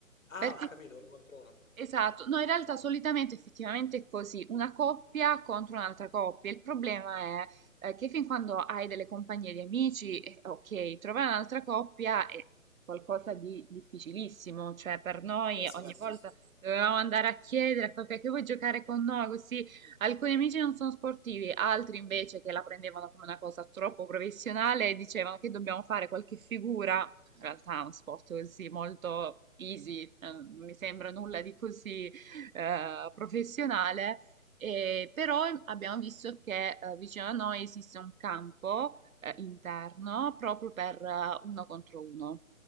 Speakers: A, on the left; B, on the right.
A: Ah,
B: Perché
A: ho capito, uno contro uno.
B: Esatto, no, in realtà solitamente effettivamente è così, una coppia contro un'altra coppia. Il problema è eh, che fin quando hai delle compagnie di amici, eh, ok, trovare un'altra coppia è qualcosa di difficilissimo, cioè per noi
A: Beh,
B: eh,
A: sì,
B: ogni
A: sì,
B: Eh, sì,
A: sì,
B: volta
A: sì.
B: sì, sì. dovevamo andare a chiedere a qualcuno che vuoi giocare con noi, così alcuni amici non sono sportivi, altri invece che la prendevano come una cosa troppo professionale dicevano che dobbiamo fare qualche figura in realtà è uno sport così molto easy, eh, non mi sembra nulla di così eh, professionale, e però abbiamo visto che eh, vicino a noi esiste un campo eh, interno proprio per eh, uno contro uno.